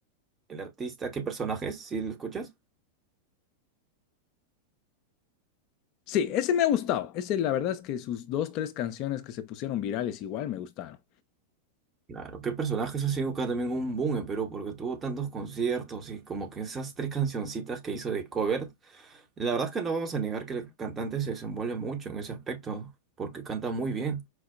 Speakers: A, on the right; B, on the left.
A: El artista, ¿qué personajes? ¿Sí lo escuchas?
B: Sí, ese me ha gustado. Ese, la verdad es que sus dos, tres canciones que se pusieron virales igual me gustaron.
A: Claro, qué personaje eso ha sido acá también un boom en Perú, porque tuvo tantos conciertos y como que esas tres cancioncitas que hizo de cover, la verdad es que no vamos a negar que el cantante se desenvuelve mucho en ese aspecto, porque canta muy bien.